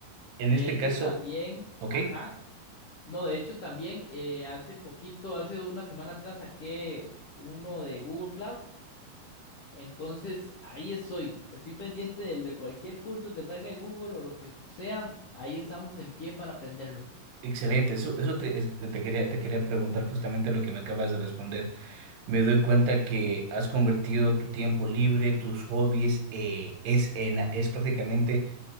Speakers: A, on the right; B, on the left.
A: En
B: De
A: este
B: hecho,
A: caso,
B: también,
A: ok,
B: ajá. No, de hecho también eh, hace poquito, hace una semana atrás saqué uno de Google Cloud. Entonces ahí estoy. Estoy pendiente del de cualquier curso que salga de Google o lo que sea. Ahí estamos en pie para aprenderlo.
A: excelente. Eso, eso te, es- te te quería, te quería preguntar justamente lo que me acabas de responder. me doy cuenta que has convertido tu tiempo libre, tus hobbies, eh, es, en- es prácticamente